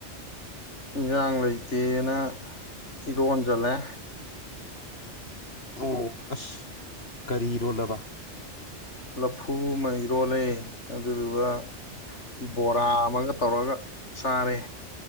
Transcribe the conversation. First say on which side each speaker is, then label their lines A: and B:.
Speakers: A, on the left (about 80°); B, on the left (about 60°).
A: ꯏꯟꯖꯥꯡ ꯂꯩꯇꯦꯅ ꯏꯔꯣꯟꯖꯜꯂꯦ
B: ꯑꯣ ꯑꯁ ꯀꯔꯤ ꯏꯔꯣꯜꯂꯕ
A: ꯂꯐꯨ ꯑꯃ ꯏꯔꯣꯜꯂꯦ ꯑꯗꯨꯗꯨꯒ ꯕꯣꯔꯥ ꯑꯃꯒ ꯇꯧꯔꯒ ꯆꯥꯔꯦ